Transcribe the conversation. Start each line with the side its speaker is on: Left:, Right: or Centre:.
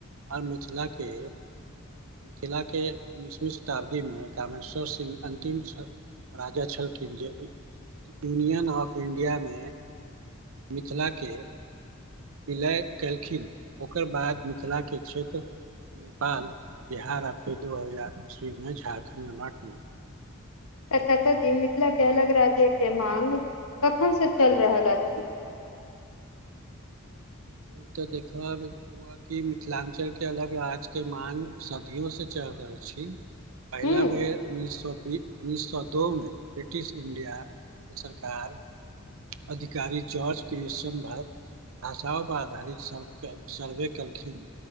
Right: आओर मिथिला के मिथिला के उन्नीसवीं शताब्दी में कामेश्वर सिंह अंतिम राजा छलखिन जे, यूनियन ऑफ इंडिया में मिथिला के विलय केलखिन, ओकर बाद मिथिलाके क्षेत्र नेपाल बिहार आ फेर दू हजार ईस्वी में झारखण्ड मे बाँट गेल।
Left: तऽ चाचा जी मिथिला के अलग राज्य के माग कखन से चल रहल अछि।
Right: ओहि तऽ देखबा ह कि मिथिलांचल के अलग राज्य के मांग सदियो से चल रहल छी। पहिला
Left: हूँ
Right: बेर उन्नीस सौ बी- उन्नीस सए दो में ब्रिटिश इंडिया के सरकार अधिकारी जॉर्ज क्रिस्न भाषा आधारित सर्व- सर्वे केलखिन।